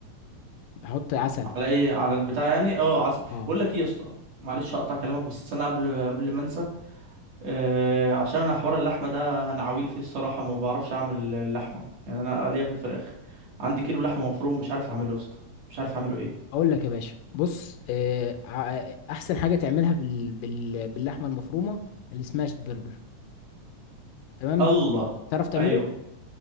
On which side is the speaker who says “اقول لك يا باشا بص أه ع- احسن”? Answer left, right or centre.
Left